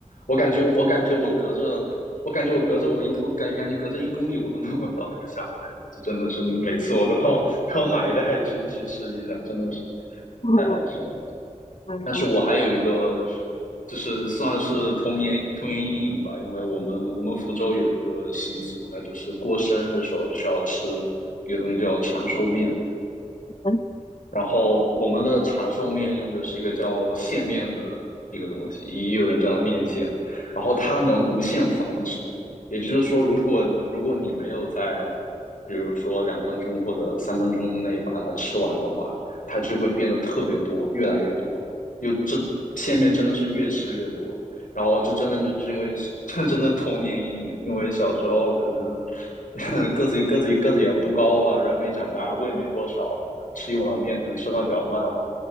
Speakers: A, on the left; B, on the left.
A: 我感觉我感觉我隔着，我感觉我隔着我一我感感觉隔着一公里我都能 <laughs> 闻到那个香味，这真的是每次我都要 <laughs> 都要买一袋去去吃一下，真的是
B: 嗯
A: 太好吃了。
B: 嗯，
A: 但是我还有一个，就是算是童年童年阴影吧，因为我们我们福州有一个习俗，那就是过生日的时候需要吃一个东西叫长寿面，
B: 嗯
A: 然后我们的长寿面用的是一个叫线面的一个东西，也有人叫它面线。然后它能无限繁殖，也就是说，如果如果你没有在，比如说两分钟或者三分钟内把它吃完的话，它就会变得特别多，越来越多。又这线面真的是越吃越多，然后就真的就是因为这 <laughs> 真的童年阴影，因为小时候可能 <laughs> 个子个子个子也不高吧，人没长大，胃没多少，那吃一碗面可能吃饭比较慢了，